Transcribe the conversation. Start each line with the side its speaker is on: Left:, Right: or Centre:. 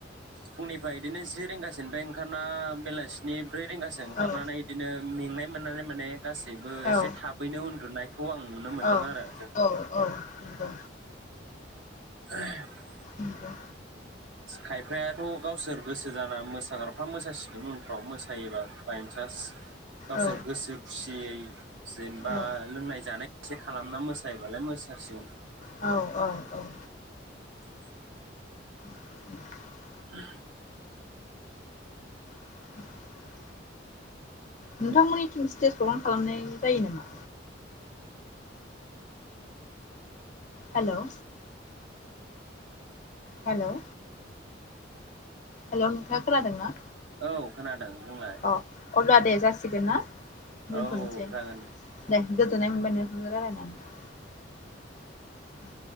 Right: फुंनिफ्राय बिदिनो जि रिंगासिनफाय ओंखारना बेलासिनि ब्रै रिंगासो ओंखारनानै
Left: औ
Right: बिदिनो मेंनाय मोननानै माने गासैबो
Left: औ
Right: एसे थाबैनो उनदुनाय आं नुनो मोनदों
Left: औ
Right: आरो जों
Left: औ औ नंगौ
Right: औ <unintelligible>
Left: उ दे
Right: खायफायाथ गावसोर गोसो जाना मोसाग्राफ्रा मोसासि बिनो उनफ्राव मोसायोबा बाइनट्रास गावसोर
Left: औ
Right: गोसो खुसियै जेनेबा
Left: औ
Right: लोंनाय जानाय एसे खालामना मोसायोबालाय मोसासिगोन
Left: औ- औ -औ
Right: <inaudible>
Left: <inaudible>
Right: <unintelligible>
Left: <inaudible> नोंथांमोननिथिं स्टेज प्रग्राम खालामनाय जायो नामा हेल' हेलौ हेलौ नोंथाङा खोनादों ना?
Right: औ खोनादों। बुंलाय
Left: अ अब्ला दे जासिगोन ना दोनथ'नोसै
Right: औ जागोन।
Left: दे गोजोननाय मोनबाय नोंथां जों रायलायनानै